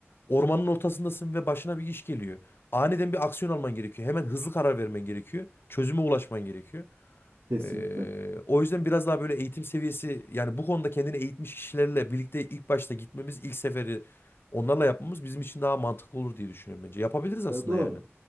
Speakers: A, on the left; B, on the right.
A: ormanın ortasındasın ve başına bir iş geliyor. Aniden bir aksiyon alman gerekiyor. Hemen hızlı karar vermen gerekiyor. Çözüme ulaşman gerekiyor.
B: Kesinlikle.
A: Ee, o yüzden biraz daha böyle eğitim seviyesi yani bu konuda kendini eğitmiş kişilerle birlikte ilk başta gitmemiz ilk seferi onlarla yapmamız bizim için daha mantıklı olur diye düşünüyorum bence. Yapabiliriz aslında
B: Ya doğru.
A: yani.